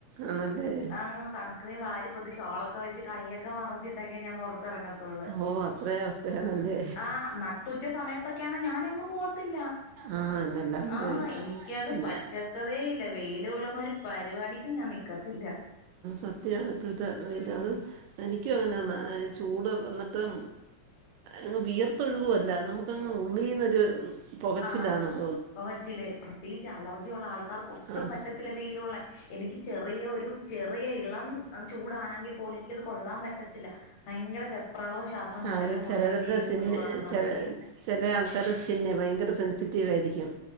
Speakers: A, on the right (about 85°); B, on the left (about 60°).
A: ആണല്ലേ
B: ആഹ് സൺസ്ക്രീൻ വാരിപ്പൊത്തി ഷോളൊക്കെ വെച്ച് കയ്യൊക്കെ മറിച്ചിട്ടൊക്കെ ഞാൻ പുറത്തിറങ്ങത്തെ ള്ളുആ
A: ഓ അത്രേ അവസ്ഥയാണല്ലേ
B: നട്ടുച്ച സമയത്തൊക്കെയാണ് ഞാനും എങ്ങും പോകത്തില്ല
A: ആഹ് എന്നല്ലാണ്ട്
B: ആ എനിക്കത്
A: പിന്നെ
B: പറ്റത്തതേ ഇല്ല വെയില് കൊള്ളുന്ന ഒരു പരിപാടിക്ക് ഞാൻ നിക്കത്തില്ല
A: സത്യാണ് ഇപ്പോഴത്തെ
B: ഉം
A: അത് എനിക്കും എങ്ങനെയാണ്
B: അതാ
A: ചൂട് വന്ന ങ്ങ് വിയർത്തൊഴുകുവല്ല നമുക്കങ്ങ് ഉള്ളീന്നൊരു പൊകച്ചിലാണത്
B: ആഹ് പൊകച്ചില് പ്രത്യേകിച്ച് അലർജി ഉള്ള ആൾക്കാർക്ക് ഒട്ടും
A: ആഹ്
B: പറ്റത്തില്ല വെയിൽ കൊള്ളാൻ എനിക്ക് ചെറിയ ഒരു ചെറിയ ഇളം ചൂടാണെങ്കിൽ പോലും എനിക്കത് കൊള്ളാൻ പറ്റത്തില്ല ഭയങ്കര വെപ്രാളവും ശ്വാസം മുട്ടലും
A: ആ അത്
B: പോലെ
A: ചിലവരുടെ
B: വെയില്
A: സിന്ന്
B: കൊള്ളുവാണെന്നുണ്ടെങ്കിൽ
A: ചില ചില ആൾക്കാർ സ്കിന്ന് ഭയങ്കര സെൻസിറ്റീവ് ആയിരിക്കും